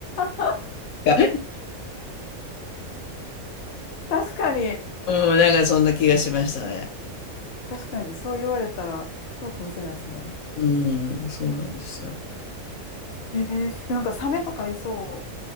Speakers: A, on the left (about 55°); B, on the left (about 75°).
A: あ、
B: た。
A: <laughs> 確かに。
B: うん、なんかそんな気がしましたね。
A: 確かに、そう言われたら、そうかもしれないですね。
B: うん、そうなんですよ。
A: えー、なんかサメとかいそ